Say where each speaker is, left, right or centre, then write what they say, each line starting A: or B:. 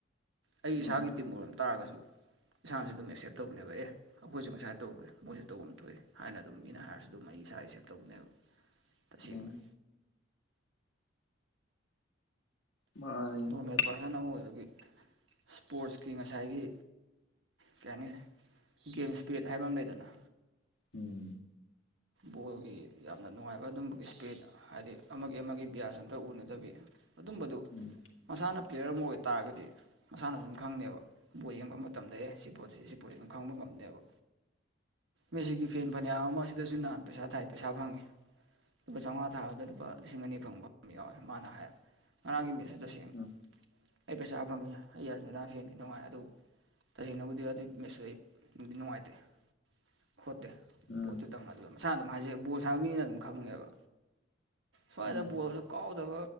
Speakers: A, on the right; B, on the left.
A: ꯑꯩ
B: ꯎꯝ
A: ꯏꯁꯥꯒꯤ ꯇꯤꯝ ꯑꯣꯏꯔꯝ ꯇꯥꯔꯒꯁꯨ ꯏꯁꯥꯅꯁꯨ ꯑꯗꯨꯝ ꯑꯦꯛꯁꯦꯞ ꯇꯧꯅꯦꯕ ꯑꯦ ꯑꯩꯈꯣꯏꯁꯨ ꯉꯁꯥꯏ ꯇꯧꯒꯦ ꯃꯣꯏꯁꯨ ꯇꯧꯐꯝ ꯊꯣꯛꯑꯏ ꯍꯥꯏꯅ ꯑꯗꯨꯝ ꯃꯤꯅ ꯍꯥꯏꯔꯁꯨ ꯑꯗꯨꯝ ꯑꯩ ꯏꯁꯥ ꯁꯦꯞ ꯇꯧꯅꯦꯕ ꯇꯁꯦꯡꯅ
B: ꯎꯝ ꯃꯥꯅꯤ
A: ꯅꯣꯔꯃꯦꯜ ꯄꯥꯔꯁꯟ ꯑꯃ ꯑꯣꯏꯕꯒꯤ ꯏꯁꯄꯣꯔꯠꯁꯀꯤ ꯉꯁꯥꯏꯒꯤ ꯀꯩ ꯍꯥꯏꯅꯤ ꯒꯦꯝ ꯏꯁ꯭ꯄꯤꯔꯤꯠ ꯍꯥꯏꯕ ꯑꯃ ꯂꯩꯗꯅ
B: ꯎꯝ
A: ꯕꯣꯜꯒꯤ ꯌꯥꯝꯅ ꯅꯨꯡꯉꯥꯏꯕ ꯑꯗꯨꯝꯕꯒꯤ ꯏꯁꯄꯤ꯭ꯔꯤꯠ ꯍꯥꯏꯗꯤ ꯑꯃꯒꯤ ꯑꯃꯒꯤ ꯕꯤꯌꯥꯁ ꯑꯝꯇ ꯎꯅꯗꯕꯤ ꯑꯗꯨꯝꯕꯗꯨ
B: ꯎꯝ
A: ꯃꯁꯥꯅ ꯄ꯭ꯂꯦꯌꯔ ꯑꯃ ꯑꯣꯏꯇꯥꯥꯔꯒꯗꯤ ꯃꯁꯥꯅꯁꯨ ꯑꯗꯨꯝ ꯈꯪꯅꯦꯕ ꯕꫭꯜ ꯌꯦꯡꯕ ꯃꯇꯝꯗ ꯑꯦ ꯁꯤ ꯄꯣꯠꯁꯦ ꯁꯤ ꯄꯣꯠꯁꯦ ꯑꯗꯨꯝ ꯈꯪꯕ ꯉꯝꯅꯦꯕ ꯃꯦꯁꯤꯒꯤ ꯐꯦꯟ ꯐꯅꯌꯥꯝ ꯑꯃ ꯑꯁꯤꯗꯁꯨ ꯅꯍꯥꯟ ꯄꯩꯁꯥ ꯊꯥꯏ ꯄꯩꯁꯥ ꯐꯪꯉꯤ ꯂꯨꯄꯥ ꯆꯥꯝꯃꯉꯥ ꯊꯥꯕꯗ ꯂꯨꯄꯥ ꯂꯤꯁꯤꯡ ꯑꯅꯤ ꯐꯪꯕ ꯑꯃ ꯌꯥꯎꯋꯦ ꯃꯥꯅ ꯍꯥꯏꯌꯦ ꯉꯔꯥꯡꯒꯤ ꯃꯤꯠꯁꯤ ꯇꯁꯦꯡ
B: ꯎꯝ
A: ꯑꯩ ꯄꯩꯁꯥ ꯐꯪꯉꯦ ꯑꯩ ꯑꯔꯟꯖꯤꯟꯇꯤꯅꯥ ꯐꯦꯟꯅꯤ ꯅꯨꯡꯉꯥꯏ ꯑꯗꯨꯕꯨ ꯇꯁꯦꯡꯅꯕꯨꯗꯤ ꯑꯗꯨꯒꯤ ꯃꯦꯠꯁꯨ ꯑꯩꯗꯤ ꯅꯨꯡꯉꯥꯏꯇꯦ ꯈꯣꯠꯇꯦ
B: ꯎꯝ
A: ꯑꯗꯨꯨꯗꯪ ꯑꯗꯨꯗ ꯃꯁꯥꯅ ꯑꯗꯨꯝ ꯍꯥꯏꯖꯩ ꯕꯣꯜ ꯁꯥꯕ ꯃꯤꯅ ꯑꯗꯨꯝ ꯈꯪꯉꯦꯕ ꯁ꯭ꯋꯥꯏꯗ
B: ꯎꯝ
A: ꯕꯣꯜ ꯀꯥꯎꯗꯕ